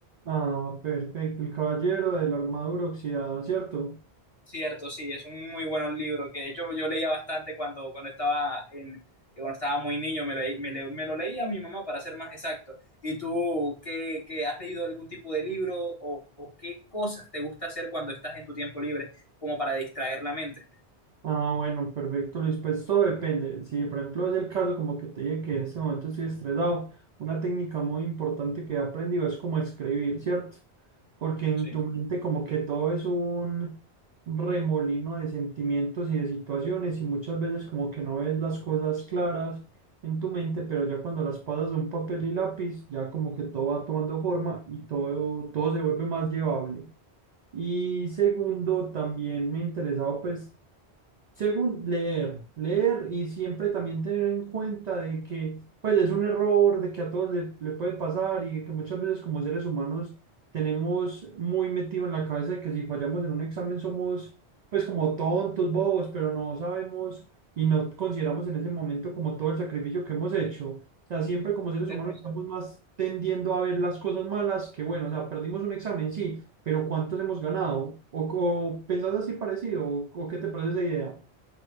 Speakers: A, on the right (about 55°); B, on the left (about 30°).
A: Ah, perfecto, El Caballero de la Armadura Oxidada, ¿cierto?
B: Cierto, sí, es un muy buen libro que de hecho yo leía bastante cuando, cuando estaba en, eh, cuando estaba muy niño, me lo, me, le- me lo leía a mi mamá para ser más exacto. ¿Y tú qué, qué has leído algún tipo de libro o, o qué cosas te gusta hacer cuando estás en tu tiempo libre como para distraer la mente?
A: Ah, bueno, perfecto, Luis. Pues todo depende. Si, por ejemplo, es el caso, como que te dije que en este momento estoy estresado, una técnica muy importante que he aprendido es como escribir, ¿cierto? Porque en
B: Sí,
A: tu mente como que todo es un remolino de sentimientos y de situaciones y muchas veces como que no ves las cosas claras en tu mente, pero ya cuando las pasas a un papel y lápiz, ya como que todo va tomando forma y todo, todo se vuelve más llevable. Y segundo, también me interesaba pues según leer, leer y siempre también tener en cuenta de que pues es un error, de que a todos le, le puede pasar y que muchas veces como seres humanos tenemos muy metido en la cabeza de que si fallamos en un examen somos pues como tontos, bobos, pero no sabemos y no consideramos en ese momento como todo el sacrificio que hemos hecho. O sea, siempre como seres
B: es
A: humanos
B: muy cierto.
A: estamos más tendiendo a ver las cosas malas que bueno, o sea, perdimos un examen, sí, pero ¿cuántos hemos ganado? O, o pensás así parecido, o, o ¿qué te parece esa idea?